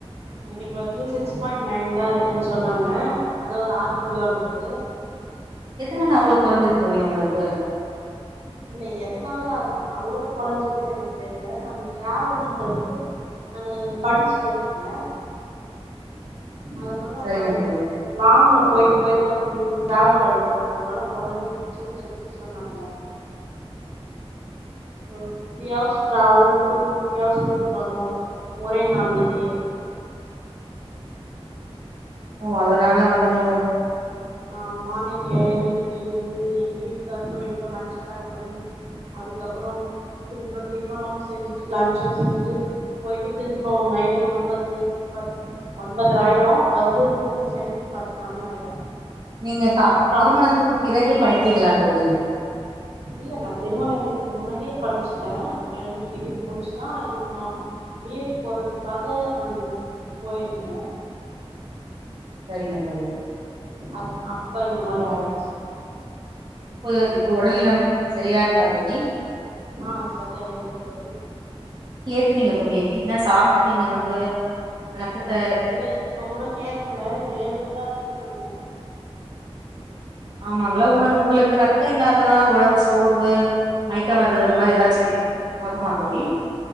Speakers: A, on the right; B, on the right.
A: எனக்கு வந்து சிக்ஸ் பாயிண்ட் நைன் தா இருக்குன்னு சொன்னாங்க அதாவது ஆறு புள்ளி ஒன்பது
B: எதனால அவ்ளோ
A: அதுக்கு
B: கொறஞ்சது தோழி உங்களுக்கு
A: இல்ல எதனால அவ்ளோ கொறைஞ்சதுன்னு எனக்கு தெரில நானு டிராவல்ன்றது நானு படிச்சுட்டு இருந்த அதனால
B: சரிங்க
A: நானு
B: தோழி
A: லாங்க்ல போயிட்டு போயிட்டு வந் டிராவல் பண்ணிட்டு இருந்ததுனால கொறஞ்சிடுச்சுன்னு சொல்லிட்டு சொன்னாங்க ஒரு த்ரீ அவர்ஸ் ட்ராவல் திரும்ப த்ரீ அவர்ஸ் வீட்டுக்கு வரணு ஒரே நாள்லயே
B: ஓ அதனால வந்து
A: ஆமா மார்னிங் எஞ் எழுந்து எங்க வீட்டுக்காரருக்கு எனக்கு லன்ச் பேக் பண்ணி அதுக்கப்பற திரும்ப டிஃபனு செஞ்சுட்டு லன்ச்சு செஞ்சுட்டு போயிட்டு திரும்ப நைட்டு ஒன்பது பத் ஒன்பதர ஆயிடு வந்து டிஃபன் செய்றதுக்கு பத்து மணி ஆயிடு
B: நீங்க கா
A: அப்புறோ
B: திருமணத்துக்குப் பிறகு படிச்சீங்களா தோழி
A: இல்ல நா திருமணத்துக் முன்னாடியே படிச்சுட்ட ரெண்டு டிகிரி முடிஷ்ட்ட அ இதுக்குமா பி எட்டு போட்றதுக்காக நானு போயிர்ந்த
B: சரிங்க தோழி
A: அத் அப்ப இந்த மாரி ஆய்டுச்சு
B: இப்ப இப்ப ஒடல்நலம் செரியாருக்கா தோழி
A: ஆ சரியாக இருக்கிறது
B: த்துனீங்க தோழி எப்டி இன்ன சாப்ட்டு நீங்க வந்து ரத்தத்த
A: இல்ல இப்ப கூட ஏத்தல ஏழுதா இருக்குன்னாங்க
B: ஆமாங்ளா உனங் உங்களுக்கு ரத்தோ இல்லாதனால ஒடம்பு சோர்வு மயிக்க வர்றது அந்த
A: ம்
B: மாரி எதாச்சி வருமா தோழி